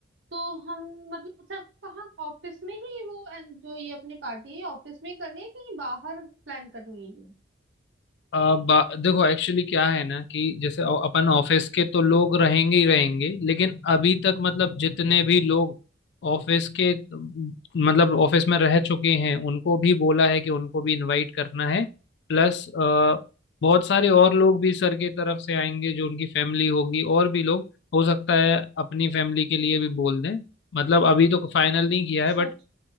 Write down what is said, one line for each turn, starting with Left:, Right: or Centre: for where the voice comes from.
Right: तो हम मतलब सर कहाँ ऑफिस में ही वो and जो ये अपनी पार्टी है ऑफिस में ही करनी है कहीं बाहर प्लान करनी है ये
Left: अ, बा- देखो एक्चुअली क्या है ना कि जैसे अ- अपन ऑफिस के तो लोग रहेंगे ही रहेंगे लेकिन अभी तक मतलब जितने भी लोग ऑफिस के मतलब ऑफिस में रह चुके हैं उनको भी बोला है कि उनको भी इनवाइट करना है प्लस बहुत सारे और लोग भी सर की तरफ से आएंगे जो उनकी फैमिली होगी और भी लोग हो सकता है अपनी फैमिली के लिए भी बोल दें मतलब अभी तो फाइनल नहीं किया
Right: अच्छा
Left: है बट